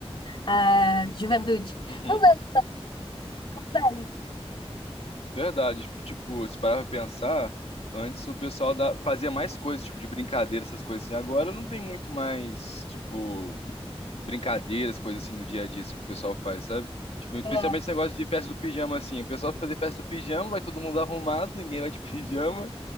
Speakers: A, on the left; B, on the left.
A: a, a juventude.
B: Uhum.
A: Não vejo, velho.
B: Verdade, tipo, tipo, se parar pra pensar, antes o pessoal da- fazia mais coisas, tipo, de brincadeira, essas coisas assim. Agora não tem muito mais, tipo brincadeiras, coisas assim no dia a dia, assim, que o pessoal faz, sabe? Tipo, principalmente
A: É,
B: esse negócio de festa do pijama, assim. O pessoal vai fazer festa do pijama, vai todo mundo arrumado, ninguém vai de <laughs> pijama,